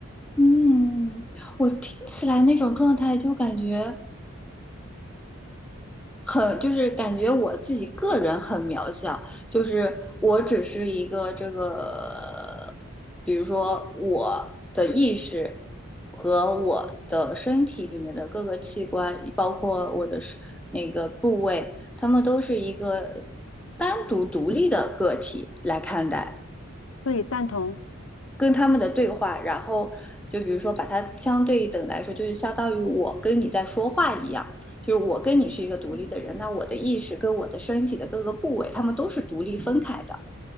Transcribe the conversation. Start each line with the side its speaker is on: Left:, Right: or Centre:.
Centre: 嗯，我听起来那种状态就感觉。很就是感觉我自己个人很渺小，就是我只是一个这个，比如说我的意识和我的身体里面的各个器官，包括我的是那个部位，它们都是一个单独独立的个体来看待。
Left: 所以赞同。
Centre: 跟他们的对话，然后就比如说把它相对等来说，就是相当于我跟你在说话一样，就是我跟你是一个独立的人，那我的意识跟我的身体的各个部位，他们都是独立分开的。